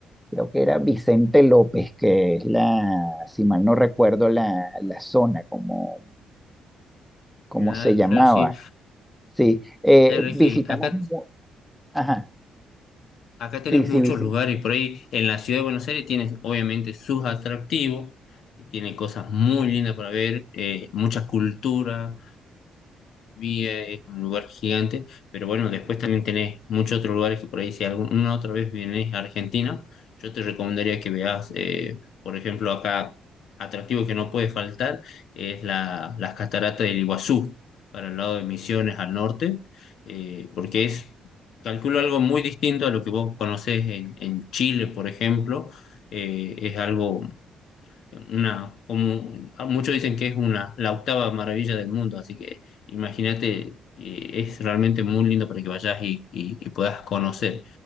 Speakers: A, in the centre; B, on the left (about 70°).
A: creo que era Vicente López, que es la, si mal no recuerdo la, la zona, como, como
B: Ya,
A: se llamaba.
B: Fer, sí.
A: Sí, eh,
B: Ya, Regi,
A: visitamos,
B: acá
A: mu- ajá,
B: Acá tenés
A: sí,
B: muchos
A: sí, visi-
B: lugares por ahí en la ciudad de Buenos Aires tienes obviamente sus atractivos, tiene cosas muy lindas para ver, eh, mucha cultura, Villa es un lugar gigante, pero bueno, después también tenés muchos otros lugares que por ahí si alguna otra vez vienes a Argentina, yo te recomendaría que veas, eh, por ejemplo, acá atractivo que no puede faltar es la, las cataratas del Iguazú, para el lado de Misiones al norte, eh, porque es, calculo algo muy distinto a lo que vos conocés en, en Chile, por ejemplo, eh, es algo una, como ah, muchos dicen que es una, la octava maravilla del mundo, así que imagínate, eh, es realmente muy lindo para que vayas y, y- y puedas conocer.